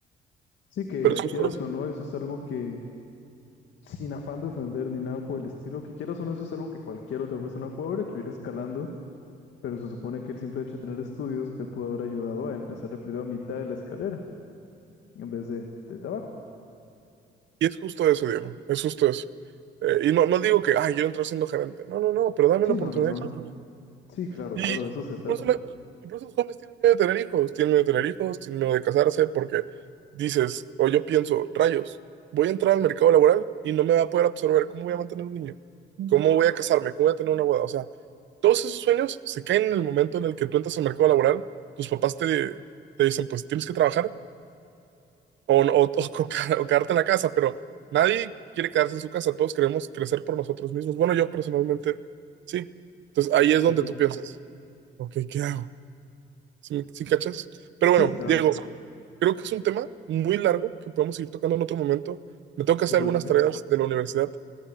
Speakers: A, on the left (about 70°); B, on the right (about 70°).
A: Sí, que
B: Pero es justo
A: quieras o no, eso es algo que sin afán de ofender ni nada por el estilo, que quieras o no, eso es algo que cualquier otra persona puede haber hecho, ir escalando, pero se supone que el simple hecho de tener estudios te pudo haber ayudado a empezar el periodo a mitad de la escalera, en vez de desde abajo.
B: Y es justo eso, Diego, es justo eso. Eh, y no, no digo que, ay, yo entro siendo gerente. No, no, no, pero dame
A: Sí,
B: la oportunidad.
A: no, no, no,
B: que-
A: no. Sí, claro,
B: Y,
A: claro, de eso se trata.
B: y por eso la- y por eso los jóvenes tienen miedo de tener hijos, tienen miedo de tener hijos, tienen miedo de casarse, porque dices, o yo pienso, rayos, voy a entrar al mercado laboral y no me va a poder absorber. ¿Cómo voy a mantener un niño? ¿Cómo voy a casarme? ¿Cómo voy a tener una boda? O sea, todos esos sueños se caen en el momento en el que tú entras al mercado laboral, tus papás te, te dicen, pues tienes que trabajar o, o, o <laughs> ca- o quedarte en la casa, pero nadie quiere quedarse en su casa, todos queremos crecer por nosotros mismos. Bueno, yo personalmente, sí. Entonces ahí es
A: Sí,
B: donde
A: sí.
B: tú piensas, ok, ¿qué hago? ¿Sí, me- sí cachas? Pero
A: Sí,
B: bueno,
A: claro.
B: Diego, creo que es un tema muy largo que podemos seguir tocando en otro momento. Me tengo que
A: Sí,
B: hacer
A: claro
B: algunas
A: que sí.
B: tareas de la universidad,